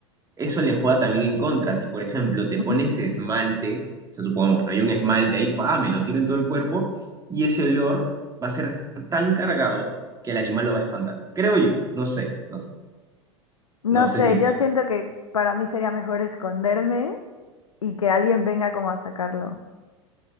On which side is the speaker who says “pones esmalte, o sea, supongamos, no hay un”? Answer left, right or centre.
Right